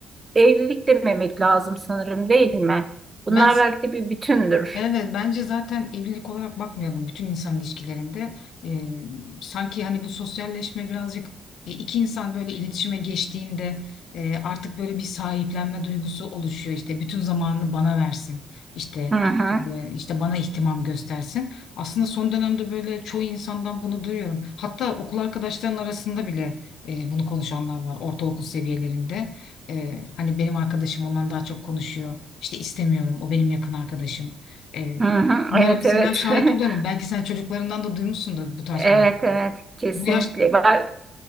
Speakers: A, on the right; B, on the left.
A: evlilik dememek lazım sanırım değil mi? Bunlar
B: Ben
A: belki de bir bütündür.
B: Evet bence zaten evlilik olarak bakmayalım bütün insan ilişkilerinde. Ee, sanki hani bu sosyalleşme birazcık e, iki insan böyle iletişime geçtiğinde e, artık böyle bir sahiplenme duygusu oluşuyor. İşte bütün zamanını bana versin. işte
A: Hı hı.
B: e, işte bana ihtimam göstersin. Aslında son dönemde böyle çoğu insandan bunu duyuyorum. Hatta okul arkadaşların arasında bile e, bunu konuşanlar var ortaokul seviyelerinde. E, hani benim arkadaşım ondan daha çok konuşuyor. İşte istemiyorum o benim yakın arkadaşım. Ee,
A: Hı hı,
B: bunlara
A: Evet
B: mesela
A: evet.
B: şahit
A: <laughs>
B: oluyorum. Belki sen çocuklarından da duymuşsundur bu tarz
A: Evet
B: konuşmaları.
A: evet kesinlikle.
B: Bu yaş
A: Ben-